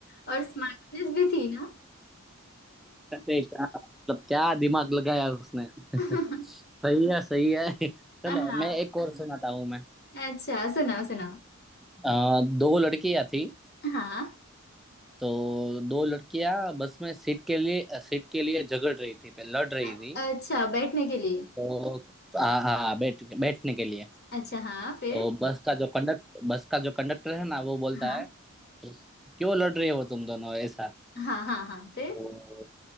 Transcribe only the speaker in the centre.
अरे क्या मतलब क्या दिमाग लगाया उसने
<laughs> सही है सही है चलो
मैं एक और सुनाता हूँ मैं
अ, दो लड़कियां थी
तो दो लड़कियां बस में सीट के लिए सीट के लिए झगड़ रही थी पे- लड़ रही
थी
तो हाँ हाँ बैठ बैठने के लिए
तो बस का जो कंडक्ट बस का जो कंडक्टर है ना वो बोलता
है क्यों लड़ रहे हो तुम दोनों ऐसा
तो